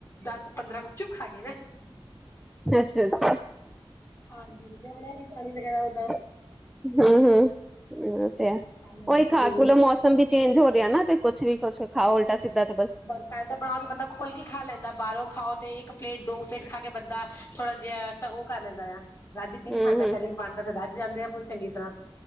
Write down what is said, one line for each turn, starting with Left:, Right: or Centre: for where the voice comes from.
Left: ਦਸ ਪੰਦਰਾਂ ਗੁਪਚੁਪ ਖਾ ਗਈ ਮੈਂ
Centre: ਅੱਛਾ-ਅੱਛਾ
Left: ਹਾਂਜੀ ਵਧੀਆ ਬਣਿਆ ਸੀ ਪਾਣੀ ਵਗੈਰਾ ਉਦਾ
Centre: ਹੂੰ-ਹੂੰ ਓ ਤੇ ਹੈ
Left: ਖਾ ਲੈਂਦੇ
Centre: ਉਹੀ ਖਾ
Left: ਕੋਈ ਨੀ
Centre: ਖੁ ਲਵਾਂ ਮੌਸਮ ਵੀ ਚੇਂਜ ਹੋ ਰਿਆ ਨਾ ਤੇ ਕੁਛ ਵੀ ਕੁਛ ਖਾ ਉਲਟਾ ਸਿੱਧਾ ਤੇ ਬਸ
Left: ਹਜੇ ਤੇ ਬੰਦਾ ਖੁੱਲ ਕੇ ਖਾ ਲੈਂਦਾ ਬਾਰੋਂ ਖਾਓ ਤੇ ਇੱਕ ਪਲੇਟ ਦੋ ਪਲੇਟ ਖਾ ਕੇ ਬੰਦਾ ਥੋੜਾ ਜਿਹਾ ਤਾਂ ਉਹ ਕਰ ਲੈਂਦਾ ਆ ਰੱਜ ਕਿ ਨਈ
Centre: ਹੂੰ-ਹੂੰ
Left: ਖਾਂਦਾ ਘਰੇ ਬਣਦਾ ਰੱਜ ਜਾਂਦੇ ਆ ਪ ਚੰਗੀ ਤਰ੍ਹਾਂ